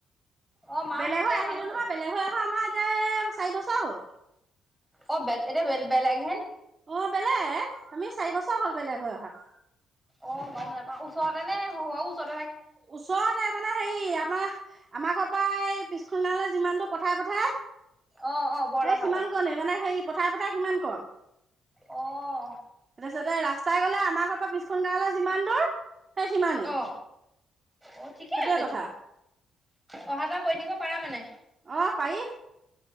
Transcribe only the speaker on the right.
বেলেগ
হৈ আহিলো
নহয় বেলেগ হৈ আহা আমাৰ এতিয়া চাৰি বছৰ হ'ল।
অ' বেলেগ আমি চাৰি বছৰ হ'ল বেলেগ হৈ অহা।
ওচৰতে মানে হেৰি আমাৰ - আমাৰ ঘৰৰ পৰা পিছখন গাঁওলে যিমানটো পথাই পথাই সেই
সিমান কণে মানে হেই পথাই পথাই সিমান কণ।
তাপিছতে ৰাস্তাই গলে আমাৰ ঘৰৰ পৰা পিছখন গাৱঁলে যিমান দূৰ সেই সিমানেই।
সেইটোৱে
কথা
অ পায়ি।